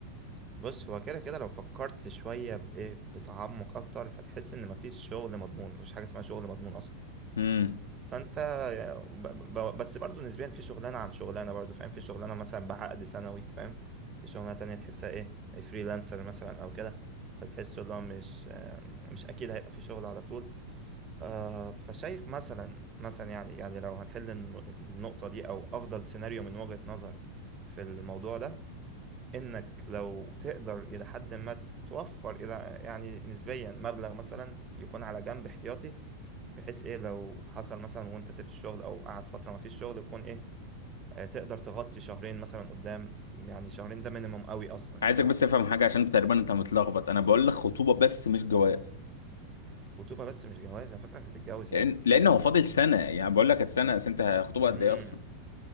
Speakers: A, on the right; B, on the left.
A: بص هو كده كده لو فكرت شوية بإيه بتعمق أكتر هتحس إن مفيش شغل مضمون مفيش حاجة اسمها شغل مضمون أصلا
B: امم
A: فانت ب- ب- بس برضو نسبيا في شغلانه عن شغلانه برضو فاهم في شغلانه مثلا بعقد سنوي فاهم في شغلانه تانية تحسها ايه فريلانسر مثلا او كده فتحسه اللي هو مش آه، مش اكيد هيبقى في شغل على طول آه، فشايف مثلا مثلا يعني يعني لو هنحل الن- النقطه دي او افضل سيناريو من وجهه نظري في الموضوع ده انك لو تقدر الى حد ما توفر الى يعني نسبيا مبلغ مثلا يكون على جنب احتياطي بحيث ايه لو حصل مثلا وانت سبت الشغل او قعد فتره ما فيش شغل يكون ايه آه، تقدر تغطي شهرين مثلا قدام يعني شهرين ده مينيمم قوي اصلا
B: عايزك
A: يعني
B: بس تفهم حاجه عشان تقريبا انت متلخبط انا بقول لك خطوبه بس مش جواز
A: خطوبه بس مش جواز انا فاكرك هتتجوز
B: لان
A: يا عم
B: لان هو فاضل سنه يعني بقول لك السنه بس انت خطوبه
A: امم
B: قد ايه اصلا